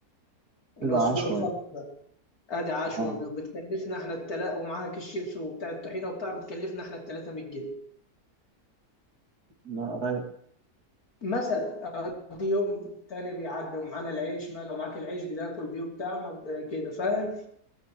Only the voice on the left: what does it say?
اللي
هو السجق
الخلط ده ادي عشوة
بتكلفنا احنا التلا ومعاها كيس شيبس وبتاع الطحينة وبتاع بتكلفنا احنا التلاتة 100 جنيه
مثلا ادي يوم تاني بيعدي ومعانا العيش ما لو معاك العيش بتاكل بيه وبتاع ما- كده فاهم